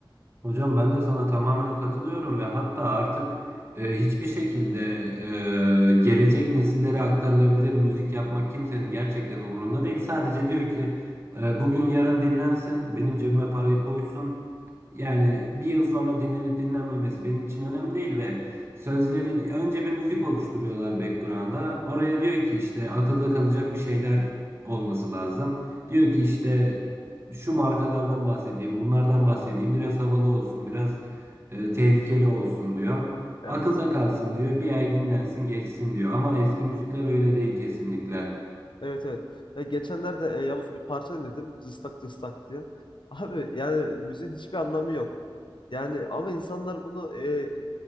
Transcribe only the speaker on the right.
Hocam ben de sana tamamen katılıyorum ve hatta artık e, hiçbir şekilde e, gelecek nesillere aktarılabilir müzik yapmak kimsenin gerçekten umurunda değil. Sadece diyor ki e, bugün yarın dinlensin, benim cebime parayı koysun. Yani bir yıl sonra dinlenip dinlenmemesi benim için önemli değil ve sözlerin önce bir müzik oluşturuyorlar background'a. Oraya diyor ki işte akılda kalacak bir şeyler olması lazım. Diyor ki işte şu markalardan bahsedeyim, bunlardan bahsedeyim. Biraz havalı olsun, biraz e, tehlikeli olsun diyor.
Akılda kalsın diyor. Bir ay dinlensin, geçsin diyor. Ama eski müzikler öyle değil kesinlikle.